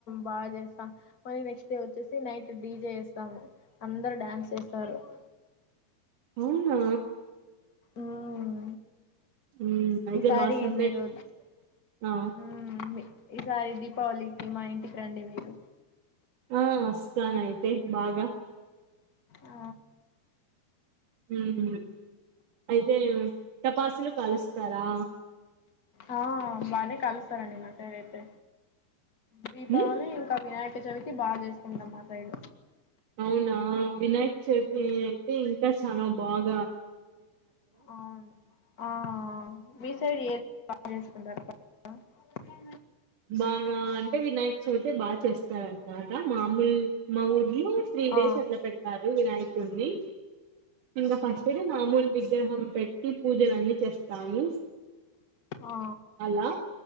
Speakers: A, on the left (about 45°); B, on the right (about 60°).
A: బాగ చేస్తారు మరి నెక్స్ట్ డే వచ్చేసి నైట్ డీజే వేస్తాము అందరు డ్యాన్స్ చెస్తారు <inaudible>
B: అవునా
A: ఉమ్
B: ఉమ్ అయితే
A: ఈసారి
B: బా సందడి
A: మీరు
B: ఆ
A: ఉమ్ ఈసారి దీపావళికి మా ఇంటికి రండి మీరు
B: ఆ వస్తాను అయితే బాగ
A: ఆ
B: ఉమ్ అయితే టాపాసులు కాలుస్తారా
A: ఆ బానే కాలుస్తారండి మా సైడ్ అయితే దీపావళి
B: ఉమ్
A: ఇంకా వినాయక చవితి బాగ చేసుకుంటాం మా సైడ్
B: అవునా వినాయక్ చవితి
A: మ్మ్
B: అయితే ఇంకా చాన బాగ
A: అవును ఆ మీ సైడ్ ఎది బాగ చేసుకుంటారు పండుగ
B: బాగా అంటే వినాయక్ చవితే బాగ్ చేస్తారన్నమాట మా మల్ మా ఊర్లులో త్రీ డేస్
A: ఆ
B: అట్ల పెడతారు వినాయకుడిని ఇంగా
A: మ్మ్
B: ఫస్ట్ డే మామూలు విగ్రహం పెట్టి పూజలు అన్నీ చేస్తాము
A: ఆ
B: అలా